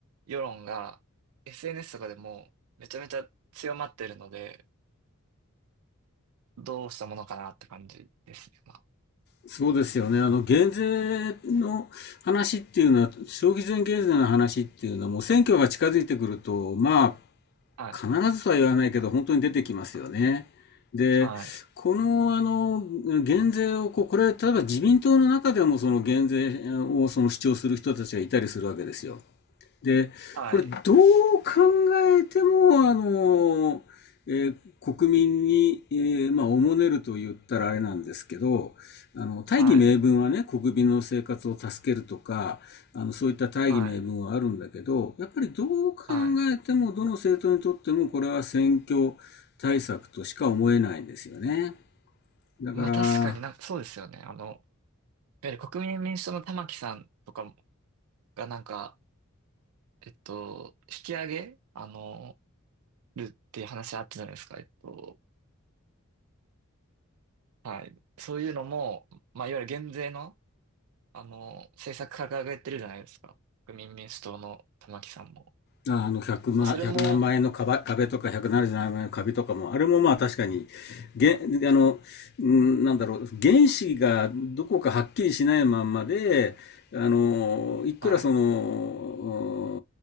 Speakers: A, on the right; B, on the left.
A: 世論が SNS とかでもめちゃめちゃ強まってるので、どうしたものかなって感じですね。ま
B: そうですよね。あの、減税の話っていうのは、消費税減税の話っていうのは、もう選挙が近づいてくると、ま
A: あ、はい。
B: あ、必ずとは言わないけど、本当に出てきますよね。で、
A: はい。
B: この、あの、減税をこう、これ、例えば自民党の中でも、その減税をその主張する人たちがいたりするわけですよ。で、
A: はい。
B: これどう考えても、あの、えー国民に、えーまあ、おもねると言ったらあれなんですけど、あの、大義名分はね、
A: はい。
B: 国民の生活を助けるとか、あの、そういった大義名分はあるんだけど、
A: はい。
B: やっぱりどう考えても、
A: はい。
B: どの政党にとっても、これは選挙対策としか思えないんですよね。だから、
A: まあ確かになんかそうですよね。あの、やはり国民民主党の玉木さんとかがなんか、えっと、引き上げ、あの、るっていう話あったじゃないですか。えっと、はい。そういうのも、まあ、いわゆる減税の、あの、政策掲げてるじゃないですか。国民民主党の玉木さんも。
B: あの100万、
A: まあ、それも、
B: 100何万円の壁、壁とか177万円の壁とかも、あれもまあ確かに、げ、
A: はい、
B: あの、ん、なんだろう、原子がどこかはっきりしないまんまで、あの、いくらその、
A: はい、